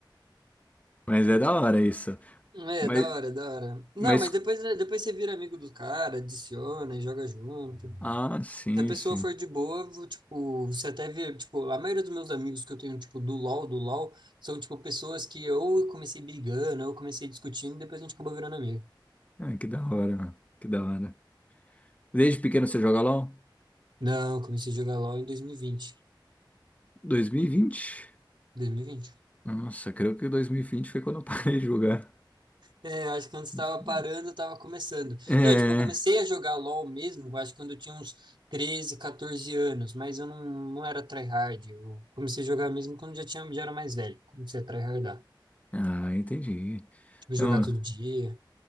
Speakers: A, on the left (about 15°); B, on the right (about 70°).
A: mas é da hora isso.
B: É,
A: Mas,
B: da hora, da hora. Não,
A: mas.
B: mas depois, depois você vira amigo do cara, adiciona e joga junto.
A: Ah, sim,
B: Se a pessoa
A: sim.
B: for de boa, vou, tipo, você até vê, tipo, a maioria dos meus amigos que eu tenho, tipo, do LoL, do LoL, são, tipo, pessoas que ou eu comecei brigando, ou eu comecei discutindo, e depois a gente acabou virando amigo.
A: Ah, que da hora, mano. Que da hora. Desde pequeno você joga LOL?
B: Não, eu comecei a jogar LoL em dois dois mil mil e vinte
A: 2020?
B: dois mil e vinte
A: Nossa, creio que 2020 foi quando eu parei de jogar.
B: É, eu acho que quando você
A: <laughs>
B: tava parando, eu tava começando.
A: É.
B: Não, tipo, eu comecei a jogar LoL mesmo, eu acho que quando eu tinha uns 13 14 anos, mas eu não, não era tryhard. Eu comecei a jogar mesmo quando já tinha, já era mais velho. Comecei a tryhardar.
A: Ah, entendi.
B: Tipo,
A: Então,
B: jogar todo dia.